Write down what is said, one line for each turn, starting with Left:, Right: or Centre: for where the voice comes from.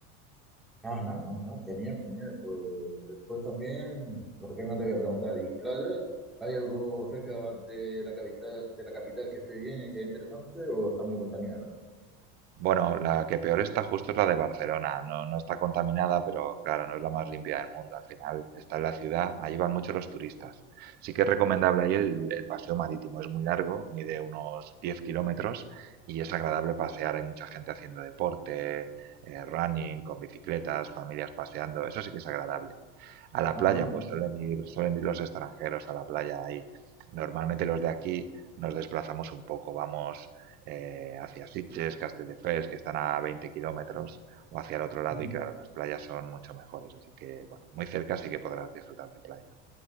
Centre: ajá, ajá, genial, genial. Pues después también, ¿por qué no te voy a preguntar? ¿Y playa? ¿Hay algo cerca de la, de la capital, de la capital que esté bien y sea interesante o está muy contaminada?
Right: Bueno, la que peor está justo es la de Barcelona. No, no está contaminada, pero claro, no es la más limpia del mundo. Al final está en la ciudad, ahí van muchos los turistas. Sí que es recomendable ahí el, el paseo marítimo. Es muy largo, mide unos 10 kilómetros y es agradable pasear. Hay mucha gente haciendo deporte, eh, running, con bicicletas, familias paseando. Eso sí que es agradable. A la
Centre: Ajá,
Right: playa, pues
Centre: ajá,
Right: suelen ir, suelen ir los extranjeros a la playa ahí. Normalmente los de aquí nos desplazamos un poco, vamos eh, hacia Sitges, Castelldefels, que están a 20 kilómetros, o hacia el otro lado,
Centre: ujú.
Right: y claro, las playas son mucho mejores. Así que, bueno, muy cerca sí que podrás disfrutar de playa.